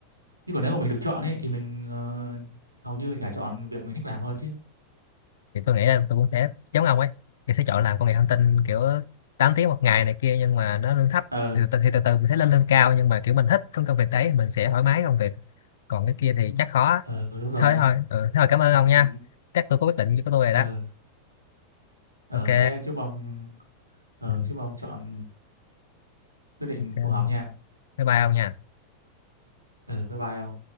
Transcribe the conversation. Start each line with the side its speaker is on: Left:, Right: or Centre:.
Right: chứ còn nếu mà mình được chọn ấy thì mình ờ, hầu như chả chọn việc mình thích làm hơn chứ
Left: thì tôi nghĩ là tôi cũng sẽ giống ông ấy thì sẽ chọn làm công nghệ thông tin kiểu 8 tiếng một ngày này kia nhưng mà nó lương thấp
Right: ờ
Left: thì từ, thì từ từ mình sẽ lên lương cao nhưng mà kiểu mình thích công công việc đấy mình sẽ thoải mái công việc còn cái kia thì chắc khó
Right: ờ đúng rồi
Left: thôi thôi ừ, thôi cảm ơn ông nha
Right: ừ.
Left: chắc tôi có quyết định của tôi rồi
Right: ờ
Left: đó
Right: ờ
Left: ok
Right: thế chúc ông ờ
Left: ừ,
Right: chúc ông chọn quyết định
Left: ok
Right: phù hợp nha
Left: bye bye ông nha
Right: ờ bye bye ông